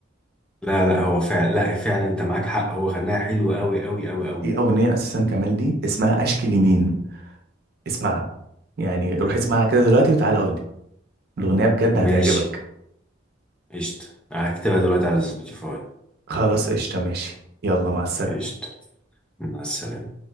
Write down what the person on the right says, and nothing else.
في اغنيه اساسا كمان لي اسمها اشكي لمين اسمعها يعني روح اسمعها كده دلوقتي وتعالى قول لي الاغنيه بجد هتعجبك
خلاص قشطة ماشي يلا مع السلامة